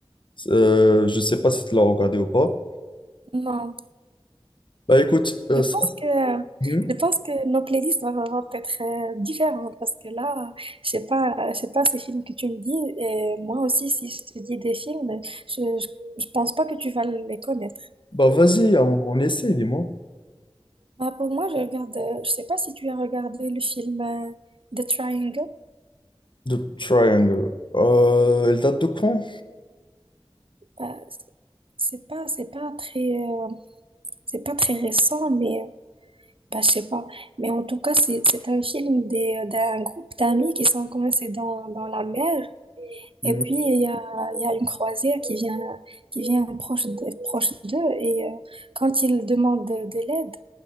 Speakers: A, on the left; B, on the right.
A: Euh, je sais pas si tu l'as regardé ou pas.
B: Non,
A: Bah écoute, euh,
B: je
A: ça,
B: pense que
A: hmm.
B: je pense que nos playlists vont, vont être euh, différentes parce que là, je sais pas, je sais pas ces films que tu me dis et moi aussi si je te dis des films, je je, je pense pas que tu vas les connaître.
A: bah vas-y, on, on essaie, dis-moi.
B: Bah, pour moi, je regarde, euh, je sais pas si tu as regardé le film euh, The Triangle.
A: The Triangle. Euh, elle date de quand?
B: Bah, c'est c'est pas, c'est pas très, euh, c'est pas très récent, mais euh, bah, je sais pas. Mais en tout cas, c'est, c'est un film des, euh, d'un groupe d'amis qui sont coincés dans, dans la mer.
A: Hmm.
B: Et puis, il y a, il y a une croisière qui vient, qui vient proche de- proche d'eux. Et euh, quand ils demandent de, de l'aide,